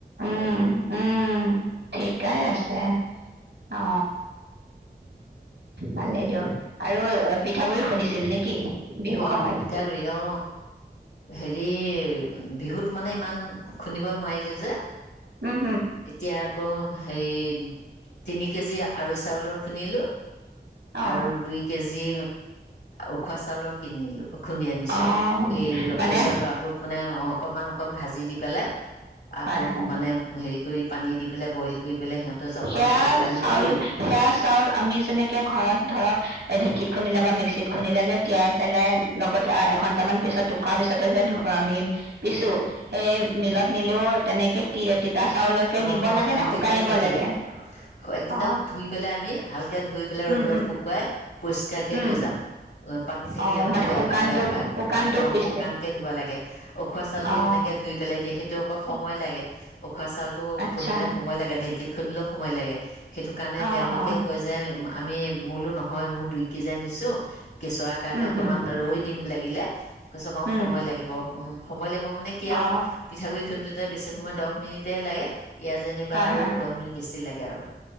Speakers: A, on the right; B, on the left.
A: উম উম ঠিকাই আছে, অ ভালেই দিয়ক। আৰু পিঠাগুড়ি খুন্দিছিল নেকি? বিহু
B: অ
A: সময়ত
B: পিঠাগুৰি, অ হেৰি বিহুত মানে ইমান খুন্দিব নোৱাৰিলো যে
A: উম, হম,
B: এতিয়া। আকৌ হেৰি তিনি কেজি, আঢ়ৈ চাউলৰ খুন্দিলো
A: অ',
B: আৰু দুই কেজ যি উখোৱা চাউলৰ কিনিলোঁ। খুন্দি আনিছোঁ,
A: অ',
B: এই
A: মানে
B: কেঁচুৱা ল'ৰাটোক মানে অকণমান অকণমান ভাজি দি পেলাই আকৌ
A: হয়, হয়।
B: মানে হেৰি কৰি পানী দি পেলাই, বইল কৰি পেলাই সিহঁতৰ জলপান
A: সেয়া
B: খুৱাব পাৰে লুথৰি
A: চাউল, সেয়া চাউল আমি যেনেকে ঘৰত ধৰক ঢেঁকীত খুন্দিলে বা মিক্সিত খুন্দিলে যে তিয়াই পেলাই, লগতে এঘন্টামান পিছত, ‌ টুকাৰ পিছতে যে কি কৰোঁ, আমি পিছো সেই মিলত নিলও তেনেকে তি তিতাচাউলকে
B: নহয়
A: নিব লাগে
B: ন
A: নে?
B: তিতা
A: নিব
B: নিদিয়ে,
A: লাগে
B: একদম
A: অ
B: ধুই পেলাই আমি ভালকৈ ধুই পেলাই
A: উম
B: ৰ'দত
A: উম
B: শুকুৱাই পৰিষ্কাৰকৈ
A: উম
B: লৈ যাওঁ পানী থাকিলে
A: অ
B: মানে বেয়া
A: শুকানটো
B: পাও, বেয়া পায়,
A: শুকানটো
B: অঁ
A: পিছে
B: শুকানকৈ নিব লাগে উখোৱা চাউটো
A: অ
B: তেনেকৈ ধুই পেলাই দিয়ে সেইটো আকৌ সময় লাগে <unintelligible> <unintelligible>
A: আচ্ছা
B: খুন্দোতে সময় লাগে ধেৰ। ঢেঁকীত খুন্দিলেও সময় লাগেঋ সেইটো কাৰণে
A: অ
B: তেওঁলোকে
A: অ
B: কয় যে আমি বোলো নহয় মোৰ দুইকেজি আনিছোঁ কেঁচুৱাৰ কাৰণে
A: উম
B: অকণমান
A: উম
B: ৰৈ দিম লাগিলে, কৈছে অকণ
A: উম
B: সময় লাগিব, উম, সময় লাগিব মানে কি আৰু
A: অ
B: পিঠাগুড়ি খুন্দুতে বেছি মই দহ মিনিট <unintelligible> লাগে, ইয়াৰ যেনিবা
A: হয়
B: আৰু
A: হয়
B: দহ মিনিট বেছি লাগ গে আৰু।